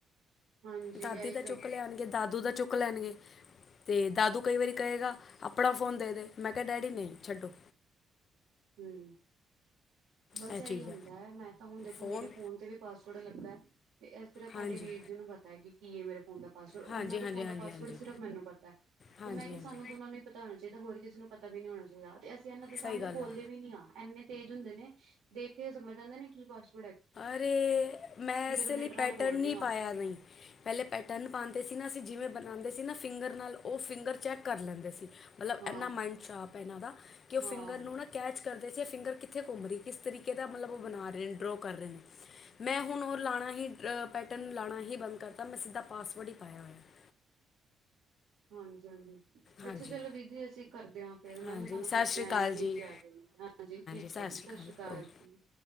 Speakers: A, on the right (about 85°); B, on the left (about 55°).
A: ਹਾਂਜੀ,
B: ਦਾਦੀ
A: ਆਈ
B: ਦਾ ਚੁੱਕ ਲੈਣਗੇ ਦਾਦੂ ਦਾ ਚੁੱਕ ਲੈਣਗੇ। ਅਤੇ ਦਾਦੂ ਕਈ ਵਾਰੀ ਕਹੇਗਾ, ਆਪਣਾ ਫੋਨ ਦੇ ਦੇ, ਮੈਂ ਕਿਹਾ, ਡੈਡੀ ਨਹੀਂ ਛੱਡੋ।
A: ਹੂੰ, ਬਸ
B: ਇਹ
A: ਇਹੀ
B: ਚੀਜ਼
A: ਹੁੰਦਾ ਹੈ ਮੈਂ ਤਾਂ ਹੁਣ ਦੇਖੋ
B: ਫ਼ੋਨ
A: ਮੇਰੇ ਫੋਨ ਤੇ ਵੀ, ਪਾਸਵਰਡ ਲੱਗਾ ਹੈ ਤੇ ਸਿਰਫ ਤੁਹਾਡੇ
B: ਹਾਂਜੀ
A: ਵੀਰ ਜੀ ਨੂੰ ਪਤਾ ਹੈ ਕਿ ਕੀਏ ਮੇਰੇ ਫੋਨ ਦਾ ਪਾਸਵਰਡ, ਉਹਨਾਂ
B: ਹਾਂਜੀ
A: ਦੇ
B: ਹਾਂਜੀ
A: ਫੋਨ ਦਾ
B: ਹਾਂਜੀ
A: ਪਾਸਵਰਡ
B: ਹਾਂਜੀ
A: ਸਿਰਫ ਮੈਨੂੰ ਪਤਾ ਏ।
B: ਹਾਂਜੀ
A: ਤੇ ਮੈਂ ਕਿਹਾ
B: ਹਾਂਜੀ
A: ਸਾਨੂੰ ਦੋਨਾਂ ਨੂੰ ਹੀ ਪਤਾ ਹੋਣਾ ਚਾਹੀਦਾ, ਹੋਰ ਕਿਸੇ ਨੂੰ ਪਤਾ ਵੀ ਨਹੀਂ ਹੋਣਾ ਚਾਹੀਦਾ, ਤੇ ਅਸੀਂ ਇਹਨਾਂ ਦੇ ਸਾਹਮਣੇ।
B: ਸਹੀ ਗੱਲ
A: ਖੋਲਦੇ
B: ਆ
A: ਵੀ ਨੀ ਆ, ਇੰਨੇ ਤੇਜ ਹੁੰਦੇ ਨੇ ਦੇਖ ਕੇ ਸਮਝ ਜਾਂਦੇ ਨੇ ਕੀ ਭਾਸ਼ਾ।
B: ਅਰੇ, ਮੈਂ ਇਸੇ
A: ਪ੍ਰਿੰਟ
B: ਲਈ
A: ਨਾਲ
B: ਪੈਟਰ
A: ਖੋਲਦੀ
B: ਨਹੀਂ
A: ਹਾਂ
B: ਪਾਇਆ ਨਈਂ। ਪਹਿਲੇ ਪੈਟਨ ਪਾਉਂਦੇ ਸੀ ਨਾ ਅਸੀਂ, ਜਿਵੇਂ ਬਣਾਉਂਦੇ ਸੀ, ਨਾ ਫਿੰਗਰ ਨਾਲ, ਉਹ ਫਿੰਗਰ ਚੈੱਕ ਕਰ ਲੈਂਦੇ ਸੀ। ਮਤਲਬ
A: ਹਾਂ
B: ਇੰਨਾ ਮਾਈਂਡ ਚਾਰਪ ਹੈ ਇਹਨਾਂ ਦਾ ਕਿ ਉਹ
A: ਹਾਂ
B: ਫਿੰਗਰ ਨੂੰ ਨਾ। ਕੈਚ ਕਰਦੇ ਸੀ ਫਿੰਗਰ ਕਿੱਥੇ ਘੁੰਮ ਰਹੀ, ਕਿਸ ਤਰੀਕੇ ਦਾ ਮਤਲਬ ਉਹ ਬਣਾ ਰਹੇ ਨੇ, ਡਰੋ ਕਰ ਰਹੇ ਨੇ, ਮੈਂ ਹੁਣ ਉਹ ਲਾਣਾ ਹੀ, ਪੈਟਨ ਲਾਉਣਾ ਹੀ ਬੰਦ ਕਰਤਾ ਮੈਂ ਸਿੱਧਾ ਪਾਸਵਰਡ ਹੀ ਪਾਇਆ ਹੋਇਆ।
A: ਹਾਂਜੀ, ਹਾਂਜੀ।
B: ਹਾਂਜੀ
A: ਅੱਛਾ ਚਲੋ ਦੀਦੀ ਅਸੀਂ ਕਰਦੇ ਹਾਂ ਫੇਰ, ਮੈਂ
B: ਹਾਂਜੀ
A: ਨਾ ਤੁਹਾਨੂੰ
B: ਸਤਿ
A: ਕਰਦੇ,
B: ਸ਼੍ਰੀ
A: <unintelligible>
B: ਅਕਾਲ ਜੀ
A: ਜਾ ਕੇ ਹਾਂਜੀ, ਠੀਕ
B: ਸਤਿ
A: ਹੈ ਜੀ ਸਾਸ
B: ਅਕਾਲ
A: ਸ਼੍ਰੀ ਕਾਲ।
B: ਓਕੇ
A: <unintelligible>